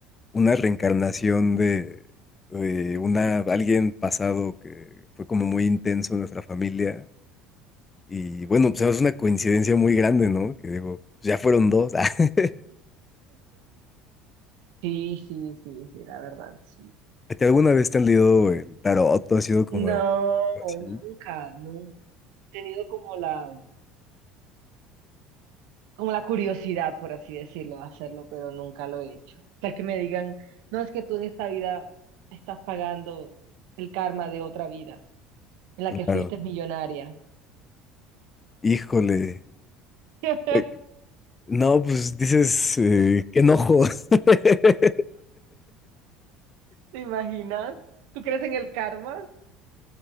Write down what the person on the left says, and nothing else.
una reencarnación de, de una, alguien pasado que fue como muy intenso en nuestra familia y bueno, pues es una coincidencia muy grande, ¿no? Que digo, pues, ya fueron dos. <laughs>
¿A ti alguna vez te han leído el tarot? ¿Tú has sido como
así?
Claro.
Híjole.
Oye, No, pues dices, eh, qué enojo. <laughs>